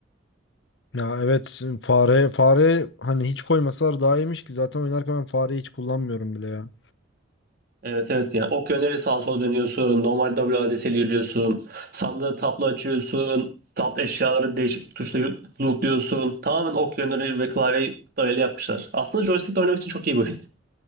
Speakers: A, on the left; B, on the right.
A: Ya evet fare fare hani hiç koymasalar daha iyiymiş ki zaten oynarken ben fareyi hiç kullanmıyorum bile ya.
B: Evet evet yani ok yönleri sağa sola dönüyorsun. Normal W WADS'li yürüyorsun. Sandığı tapla açıyorsun. Tap eşyaları değişik bir tuşla yu- lootluyorsun. Tamamen ok yönleri ve klavyeyi dayalı yapmışlar. Aslında joystickle oynamak için çok iyi bir oyun.